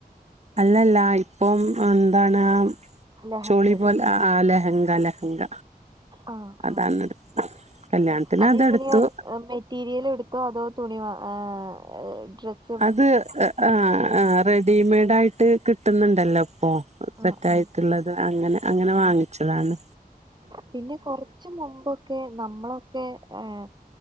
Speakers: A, on the right; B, on the right.
A: അല്ലല്ല ഇപ്പം എന്താണ്
B: ലഹങ്ക
A: ചോളി പോലെ ലഹങ്ക ലഹങ്ക
B: ആഹ്
A: അതാണ്
B: ആഹ്
A: എടുത്ത കല്യാണത്തിന്
B: അതെങ്ങനെയാ
A: അതെടുത്തു
B: മെ മെറ്റീരിയൽ എടുത്തോ അതോ തുണി ആഹ് ഡ്രസ്
A: അത് ആഹ് ആഹ് റെഡിമെയ്ഡ് ആയിട്ട് കിട്ടു ന്നു ണ്ടല്ലോ ഇപ്പോ സെറ്റായിട്ടുള്ളത്
B: ആഹ് ആഹ്
A: അങ്ങന അങ്ങന
B: ആഹ്
A: വാങ്ങി ക്ഷതാണ്
B: പിന്നെ കൊറച്ച് മുമ്പൊക്കെ നമ്മളൊക്കെ ഏഹ്